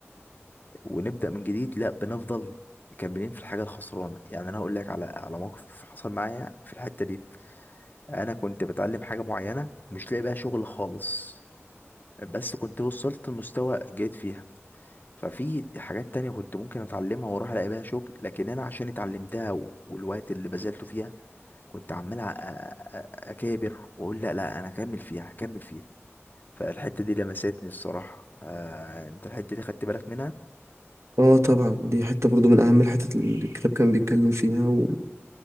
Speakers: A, on the left (about 40°); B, on the right (about 70°).
A: ونبدأ من جديد لا بنفضل مكملين في الحاجة الخسرانة يعني أنا هقول لك على على موقف حصل معايا في الحتة دي أنا كنت بتعلم حاجة معينة مش لاقي بيها شغل خالص بس كنت وصلت لمستوى جيد فيها ففي حاجات تانية كنت ممكن أتعلمها وأروح ألاقي بيها شغل لكن أنا عشان اتعلمتها و- والوقت اللي بذلته فيها كنت عمال أ- أ- أكابر وأقول لا لا أنا هكمل فيها هكمل فيها فالحتة دي لمستني الصراحة آه، أنت الحتة دي خدت بالك منها؟
B: اه طبعا دي حتة برضو من أهم الحتت اللي الكتاب كان بيتكلم فيها وهي